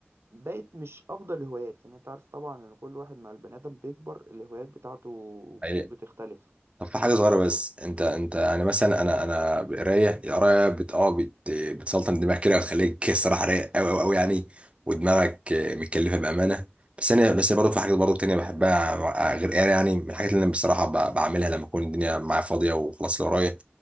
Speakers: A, on the right; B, on the right.
A: بقت مش أفضل الهوايات إن أنت عارف طبعا إن كل واحد مع البني آدم بيكبر الهوايات بتاعته
B: أيوة
A: بتختلف
B: طب في حاجة صغيرة بس انت انت انا مثلا انا انا قراية القراية بت اه بت بتسلطن دماغك كده وتخليك الصراحة رايق قوي قوي قوي يعني ودماغك آه، متكلفة بأمانة بس انا بس برضه في حاجات برضه تانية بحبها آه، غير قراية يعني من الحاجات اللي انا بصراحة ب- بعملها لما اكون الدنيا معايا فاضية وخلاص اللي ورايا